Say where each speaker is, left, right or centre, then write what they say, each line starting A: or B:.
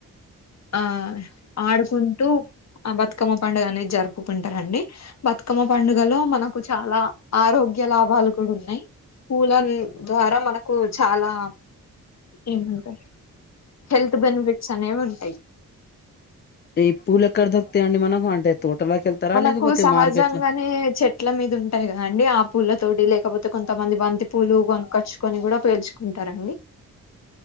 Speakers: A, on the left; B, on the left.
A: <inaudible> ఆ ఆడుకుంటూ బతుకమ్మ పండుగ అనేది జరుపు ఒప్పుకుంటారండి బతుకమ్మ పండుగలో మనకు చాలా ఆరోగ్య లాభాలు కూడా ఉన్నాయి కూూల ద్వారా మనకు చాలా ఏమంటారు హెల్త్ బెనిఫిట్స్ అనేవి ఉంటాయి
B: ఏ పూలక్కడధక్తే అండి మా మనకు అంటే తోటలోకి వెళ్తారా
A: మనకు
B: లేకపోతే
A: సహజంగానే
B: మార్కెట్ లో
A: చెట్ల మీద ఉంటాయి కదండి ఆ పూల తోటి లే లేకపోతే కొంతమంది బంతి పూలు కొనకచ్చుకొని కూడా పేర్చుకుంటారండి